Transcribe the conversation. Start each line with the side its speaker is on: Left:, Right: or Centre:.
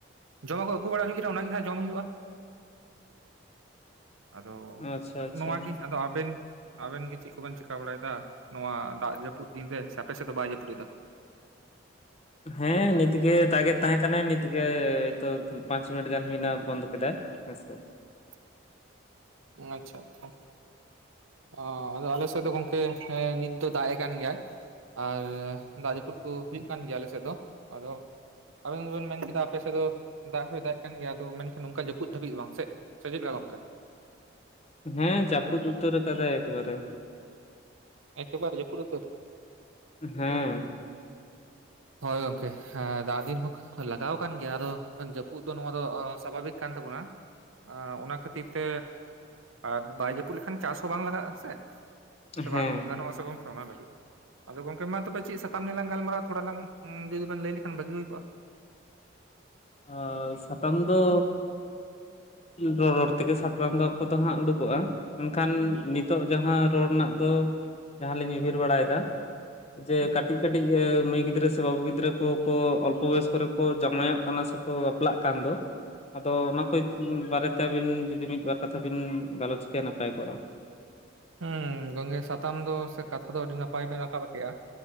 Right: ᱡᱚᱢᱟᱜ ᱠᱚ ᱟᱹᱜᱩ ᱵᱟᱲᱟ ᱦᱩᱭ ᱠᱟᱱᱟ ᱚᱱᱟᱜᱮ ᱦᱟᱸᱜ ᱡᱚᱢ ᱦᱩᱭᱩᱜᱼᱟ᱾ ᱟᱫᱚ
Left: ᱟᱪᱪᱷᱟ ᱟᱪᱪᱷᱟ
Right: ᱱᱚᱣᱟᱜᱮ ᱟᱫᱚ ᱟᱵᱮᱱ ᱟᱵᱮᱱ ᱜᱮ ᱪᱮᱫ ᱠᱚᱵᱮᱱ ᱪᱤᱠᱟᱹ ᱵᱟᱲᱟᱭᱮᱫᱟ? ᱱᱚᱣᱟ ᱫᱟᱜ ᱡᱟᱹᱯᱩᱫ ᱫᱤᱱ ᱨᱮ ᱥᱮ ᱟᱯᱮ ᱥᱮᱫ ᱫᱚ ᱵᱟᱭ ᱡᱟᱹᱯᱩᱫ ᱮᱫᱟ᱾
Left: ᱦᱮᱸ ᱱᱤᱛᱜᱮ ᱫᱟᱜ ᱮᱫ ᱛᱟᱦᱮᱸ ᱠᱟᱱᱟᱭ ᱱᱤᱛ ᱜᱮ ᱛᱚ ᱯᱟᱸᱪ ᱢᱤᱱᱤᱴ ᱜᱟᱱ ᱦᱩᱭᱱᱟ ᱵᱚᱱᱫᱚ ᱠᱮᱫᱟᱭ᱾ ᱦᱮᱸᱥᱮ
Right: <inaudible> ᱟᱪᱪᱷᱟ ᱟᱪᱪᱷᱟ ᱚ ᱟᱫᱚ ᱟᱞᱮ ᱥᱮᱫ ᱫᱚ ᱜᱚᱝᱠᱮ ᱱᱤᱛ ᱫᱚ ᱫᱟᱜ ᱮ ᱠᱟᱱ ᱜᱮᱭᱟ ᱟᱨ ᱫᱟᱜ ᱡᱟᱹᱯᱩᱫ ᱠᱚ ᱦᱩᱭᱩᱜ ᱠᱟᱱ ᱜᱮᱭᱟ ᱟᱞᱮ ᱥᱮᱫ ᱫᱚ ᱟᱫᱚ ᱟᱹᱵᱤᱱ ᱵᱤᱱ ᱢᱮᱱ ᱠᱮᱫᱟ ᱟᱯᱮ ᱥᱮᱫ ᱫᱚ ᱫᱟᱜ ᱦᱚᱸᱭ ᱫᱟᱜ ᱮ ᱠᱟᱱ ᱜᱮᱭᱟ ᱟᱫᱚ ᱢᱮᱱᱠᱷᱟᱱ ᱱᱚᱝᱠᱟ ᱡᱟᱹᱯᱩᱫ ᱫᱷᱟᱹᱵᱤᱡ ᱫᱚ ᱵᱟᱝ ᱥᱮ ᱪᱮᱫ ᱞᱮᱠᱟ ᱜᱚᱝᱠᱮ?
Left: ᱦᱮᱸ ᱡᱟᱹᱯᱩᱫ ᱩᱛᱟᱹᱨ ᱠᱟᱫᱟᱭ ᱮᱠᱵᱟᱨᱮ
Right: ᱮᱠᱮ ᱵᱟᱨ ᱡᱟᱹᱯᱩᱫ ᱩᱛᱟᱹᱨ
Left: ᱦᱮᱸ
Right: ᱦᱳᱭ ᱜᱚᱝᱠᱮ ᱫᱟᱜ ᱫᱤᱱ ᱦᱚᱸ ᱞᱟᱜᱟᱣ ᱠᱟᱱ ᱜᱮᱭᱟ ᱟᱫᱚ ᱡᱟᱹᱯᱩᱫ ᱫᱚ ᱱᱚᱣᱟ ᱫᱚ ᱥᱟᱵᱷᱟᱵᱤᱠ ᱠᱟᱱ ᱛᱟᱵᱚᱱᱟ ᱚᱱᱟ ᱠᱷᱟᱹᱛᱤᱨ ᱛᱮ ᱟᱨ ᱵᱟᱭ ᱡᱟᱹᱯᱩᱫ ᱞᱮᱠᱷᱟᱱ ᱪᱟᱥ ᱦᱚᱸ ᱵᱟᱝ ᱞᱟᱜᱟᱜᱼᱟ ᱥᱮ, ᱥᱮ
Left: ᱦᱮᱸ
Right: ᱵᱟᱝ ᱜᱟᱱᱚᱜ ᱟᱥᱮ ᱜᱚᱝᱠᱮ ᱚᱱᱟ ᱞᱟᱹᱜᱤᱫ ᱟᱫᱚ ᱜᱚᱝᱠᱮ ᱢᱟ ᱛᱚᱵᱮ ᱪᱮᱫ ᱥᱟᱛᱟᱢ ᱱᱤᱭᱮᱹ ᱞᱟᱝ ᱜᱟᱞᱢᱟᱨᱣ-ᱟ ᱛᱷᱚᱲᱟ ᱞᱟᱝ ᱡᱩᱫᱤ ᱵᱮᱱ ᱞᱟᱹᱭ ᱞᱮᱠᱷᱟᱱ ᱵᱷᱟᱹᱜᱤ ᱦᱩᱭ ᱠᱚᱜᱼᱟ?
Left: <inaudible> ᱟ ᱥᱟᱛᱟᱢ ᱫᱚ ᱨᱚᱲ ᱨᱚᱲ ᱛᱮᱜᱮ ᱥᱟᱛᱟᱢ ᱫᱚ ᱠᱚᱫᱚ ᱦᱟᱸᱜ ᱩᱰᱩᱠᱚᱜᱼᱟ᱾ ᱢᱮᱱᱠᱷᱟᱱ ᱱᱤᱛᱚᱜ ᱡᱟᱦᱟᱸ ᱨᱚᱲ ᱨᱮᱱᱟᱜ ᱫᱚ ᱡᱟᱦᱟᱸᱞᱤᱧ ᱩᱭᱦᱟᱹᱨ ᱵᱟᱲᱟᱭᱮᱫᱟ ᱡᱮᱹ ᱠᱟᱹᱴᱤᱡ ᱠᱟᱹᱴᱤᱡ ᱢᱟᱹᱭ ᱜᱤᱫᱽᱨᱟᱹ ᱥᱮ ᱵᱟᱹᱵᱩ ᱜᱤᱫᱽᱨᱟᱹ ᱠᱚᱠᱚ ᱚᱞᱯᱚ ᱵᱚᱭᱮᱥ ᱠᱚᱨᱮ ᱠᱚ ᱡᱟᱶᱟᱭᱚᱜ ᱠᱟᱱᱟ ᱥᱮᱠᱚ ᱵᱟᱯᱞᱟᱜ ᱠᱟᱱ ᱫᱚ ᱟᱫᱚ ᱚᱱᱟ ᱠᱚ ᱵᱟᱨᱮᱛᱮ ᱟᱹᱵᱤᱱ ᱡᱩᱫᱤ ᱢᱤᱫ ᱵᱟᱨ ᱠᱟᱛᱷᱟ ᱵᱤᱱ ᱜᱟᱞᱚᱪ ᱠᱮᱭᱟ ᱱᱟᱯᱟᱭ ᱠᱚᱜᱼᱟ᱾
Right: ᱦᱮᱸ ᱜᱚᱝᱜᱮ ᱥᱟᱛᱟᱢ ᱫᱚ ᱥᱮ ᱠᱟᱛᱷᱟ ᱫᱚ ᱟᱹᱰᱤ ᱱᱟᱯᱟᱭ ᱵᱮᱱ ᱨᱟᱠᱟᱵ ᱠᱮᱜᱼᱟ᱾